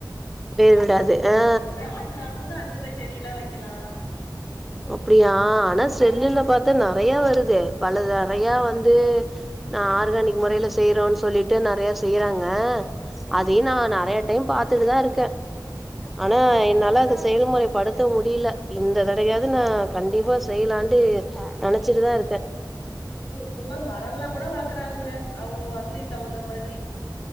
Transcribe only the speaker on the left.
அது நடந்த அந்த மாரி செடி எல்லா வைக்கலா
இப்ப
ஆமா இப்பெல்லா மரங்கலா கூட வளக்கறாங்கங்க அவுங்க அவுங்க வசதி தகுந்த மாரி ரி